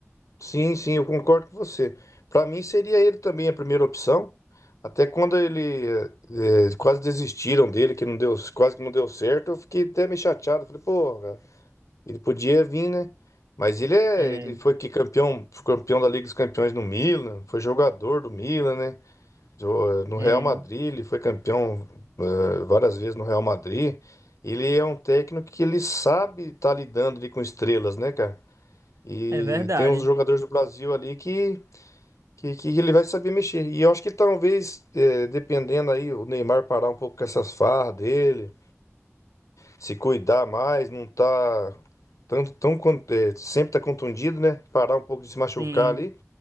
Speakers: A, on the left; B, on the right.
A: Sim, sim, eu concordo com você. Para mim seria ele também a primeira opção. Até quando ele eh, eh, quase desistiram dele, que não deu, quase que não deu certo, eu fiquei até meio chateado. Falei, pô, ele podia vir, né? Mas ele é,
B: É,
A: ele foi que campeão, campeão da Liga dos Campeões no Milan, foi jogador do Milan, né? Jo- No
B: é.
A: Real Madrid, ele foi campeão eh, várias vezes no Real Madrid. Ele é um técnico que ele sabe estar lidando ali com estrelas, né, cara? E
B: É verdade,
A: tem uns jogadores do Brasil ali que, que, que ele vai saber mexer. E eu acho que talvez, eh, dependendo aí, o Neymar parar um pouco com essas farras dele, se cuidar mais, não tá tanto, tão, con- eh, sempre tá contundido, né? Parar um pouco de se machucar
B: sim.
A: ali.